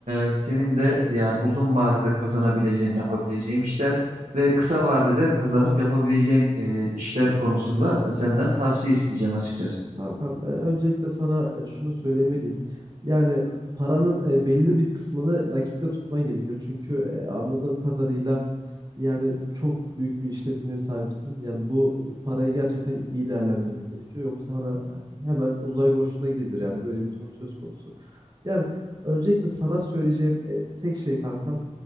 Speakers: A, on the right; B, on the right.
A: e, senin de yani uzun vadede kazanabileceğim, yapabileceğim işler ve kısa vadede kazanıp yapabileceğim e, işler konusunda e, senden tavsiye isteyeceğim açıkçası.
B: Hakan, e, öncelikle sana e, şunu söylemeliyim. Yani paranın e, belli bir kısmını nakitte tutman gerekiyor. Çünkü e, anladığım kadarıyla yani çok büyük bir işletmeye sahipsin. Yani bu parayı gerçekten iyi değerlendirmek gerekiyor. Yoksa hani hemen uzay boşluğuna gidebilir. Yani böyle bir durum söz konusu. Yani öncelikle sana söyleyeceğim e, tek şey kankam,